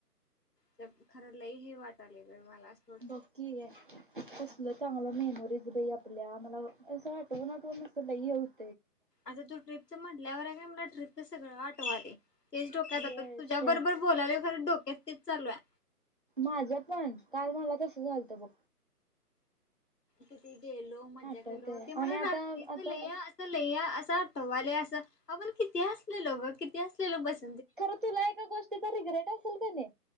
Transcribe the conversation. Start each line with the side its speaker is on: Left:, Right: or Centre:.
Left: ज <unintelligible> खरं लई हे वाटालय बाई मला सोड
Right: बकी आहे <unintelligible> कसलं चांगल्या मेमरीज बाई आपल्या मला असं आठवून आठवून म <unintelligible>
Left: आता तू ट्रिपच म्हटल्यावर आहे काय <unintelligible> मला ट्रिपचं सगळं आठवालय तेच डोक्यातातात
Right: होय
Left: तुझ्या
Right: सेम
Left: बरोबर बोलालोय खरं डोक्यात तेच चालू आहे
Right: माझं पण काल मला तस झालतं बघ
Left: किती <unintelligible> गेलो मजा
Right: आठवतंय
Left: केलो ते
Right: आणि
Left: मला
Right: आता
Left: रात्रीच
Right: आता
Left: लि या असं ले या आठवालय अस आपण किती हसलेलो किती हसलेलो बस
Right: खरं तुला एका गोष्टी तर रिग्रेट असेल का नाही